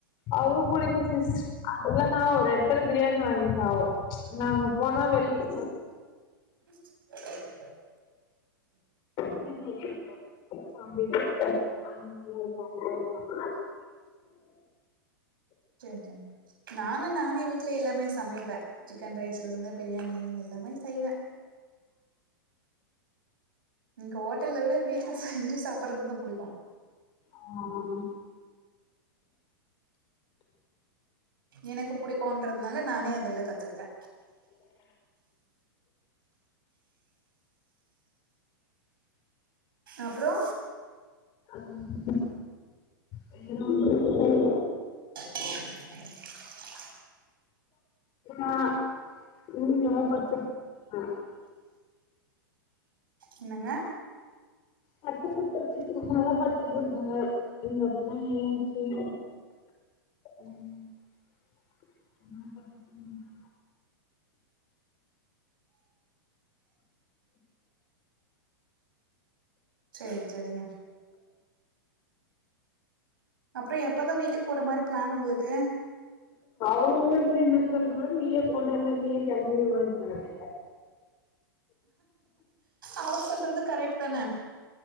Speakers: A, on the left (about 40°); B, on the right (about 75°).
A: அதுவு புடிக்கு சிஸ் அதுதா நா ஒரு எடத்துல பிரியாணி வாங்கி சாப் நாங்க போனா வெள்ல <inaudible>
B: <inaudible>
A: <unintelligible>
B: சேர் சேர் நானு நானே வீட்ல எல்லாமே சமைப்பே சிக்கன் ரைஸ்லருந்து பிரியாணி எல்லாமே செய்வே என்க்கு ஹோட்டல்ல விட வீட்ல செஞ்சு சாப்பிட்றதுதா புடிக்கு
A: ஆ
B: எனக்கு புடிக்குன்றதுனால நானே அதெல்லா கத்துக்கிட்டே அப்றோ
A: அஃ அ என்ன வண்றதுனு தெரிய்ல
B: <inaudible>
A: ஆ ரூம்ல தா படுத்துக் ஆ
B: என்னங்க
A: பத்து ட்ரிப் பத்தி சொன்னாலா பத்து ட்ரிப்புனு ஏங்க அதுக்குலா நீங்கதாங்க சீனியரு ம் <inaudible>
B: சேர் சேரிங்க அப்ற எப்பதா வீட்டுக்கு போற மாரி பிளான் உங்களுக்கு
A: அவ்ங்க வந்து என்ன சொல்றா நீயே போறல்ல நீயே கெளம்பிவான்ராரே
B: அவர் சொல்றது கரெக்ட் தான